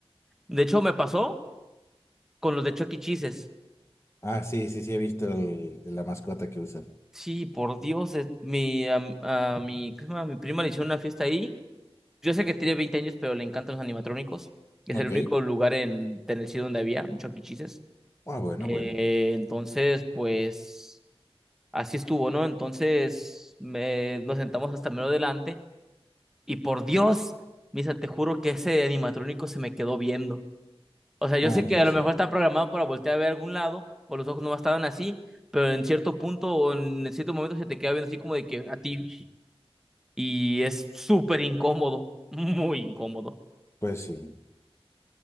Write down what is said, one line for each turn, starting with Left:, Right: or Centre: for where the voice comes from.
Centre: De hecho, me pasó. con los de Chucky Cheeses.
Left: Ah, sí, sí, sí, he visto el- la mascota que usan.
Centre: Sí, por Dios, es- mi, am- a, mi, ¿cómo se llama? mi prima le hicieron una fiesta ahí. Yo sé que tiene 20 años, pero le encantan los animatrónicos. Es
Left: Ok.
Centre: el único lugar en Tennessee donde había un Chucky Cheeses.
Left: Ah, bueno,
Centre: Eh,
Left: bueno.
Centre: entonces, pues, así estuvo, ¿no? Entonces, me, nos sentamos hasta menos adelante. Y por Dios, Misa, te juro que ese animatrónico se me quedó viendo. O sea, yo
Left: Ah,
Centre: sé que
Left: ya
Centre: a lo
Left: sé.
Centre: mejor está programado para voltear a ver algún lado, o los ojos no estaban así, pero en cierto punto o en cierto momento se te queda viendo así como de que a ti, y es súper incómodo, <laughs> muy incómodo.
Left: Pues sí.